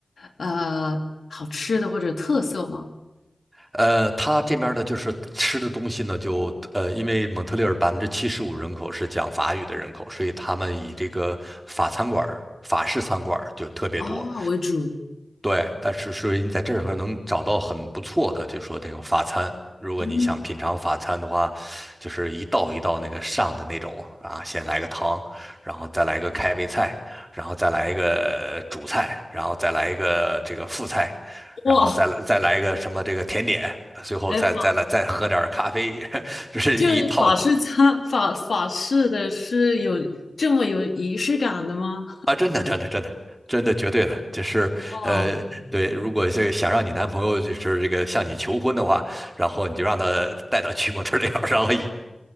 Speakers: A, on the left; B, on the right.
A: 呃好吃的或者特色吗？
B: 呃，他这边的就是吃的东西呢，就呃，因为蒙特利尔百分之七十五人口是讲法语的人口，所以他们以这个法餐馆儿法式餐馆儿就特别多。
A: 啊，为主。
B: 对，但是是你在这儿能找到很不错的，就说那种法餐。如果你想品尝法餐的话，
A: 嗯，
B: 就是一道一道那个上的那种啊，先来个汤，然后再来一个开胃菜，然后再来一个主菜，然后再来一个这个副菜，然后再来再来一个什么这个甜点，
A: 哇，
B: 最后再再来再喝点儿咖啡，
A: 哎法
B: <laughs> 就是一套
A: 就是法式餐法法式的是有这么有仪式感的吗？
B: 啊，真的，真的，真的，真的，绝对的，就是呃，
A: 哇，
B: 对，如果这个想让你男朋友就是这个向你求婚的话，然后你就让他带到去模特儿店然后一